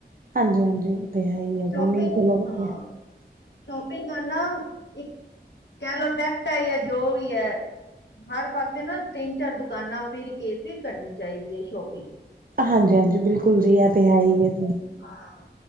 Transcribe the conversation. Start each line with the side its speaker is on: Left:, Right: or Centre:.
Right: ਹਾਂਜੀ-ਹਾਂਜੀ
Left: ਹਾਂ
Right: ਉਹ ਤੇ ਹੈ ਹੀ ਹੈ
Left: ਸ਼ਪਿੰਗ
Right: ਜੀ ਨਹੀਂ ਚਲੋ ਵਧੀਆ।
Left: ਹਾਂ। ਸ਼ੋਪਿੰਗ ਕਰਨਾ, ਇੱਕ ਕਹਿ ਲਓ ਟੈਕਟ ਐ ਈ ਐ, ਜੋ ਵੀ ਐ, ਹਰ ਪਾਸੇ ਨਾ ਤਿੰਨ ਚਾਰ ਦੁਕਾਨਾਂ ਫਿਰ ਕੇ, ਫਿਰ ਕਰਨੀ ਚਾਹੀਦੀ ਹੈ ਸ਼ੋਪਿੰਗ।
Right: ਹਾਂਜੀ ਹਾਂਜੀ, ਬਿਲਕੁਲ ਜੀ, ਇਹ ਤੇ ਹੈ ਹੀ ਹੈ।
Left: ਹਾਂ।